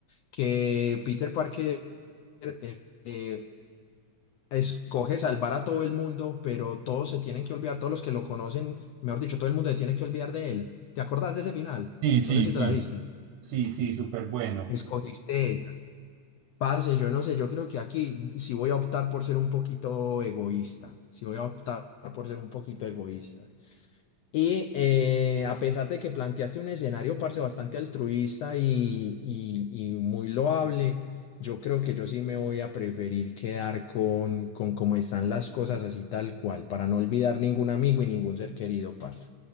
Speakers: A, on the left; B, on the right.
A: que Peter Parker eh, eh, escoge salvar a todo el mundo, pero todos se tienen que olvidar, todos los que lo conocen, mejor dicho, todo el mundo se tiene que olvidar de él? ¿Te acordás de ese final?
B: Sí, sí,
A: No sé si
B: sí.
A: te la viste.
B: Sí, sí, súper bueno.
A: Escogiste esa. Parce, yo no sé, yo creo que aquí sí voy a optar por ser un poquito egoísta. Sí voy a optar por ser un poquito egoísta. Y eh, a pesar de que planteaste un escenario, parce, bastante altruista y, y- y muy loable, yo creo que yo sí me voy a preferir quedar con, con cómo están las cosas así tal cual, para no olvidar ningún amigo y ningún ser querido, parce.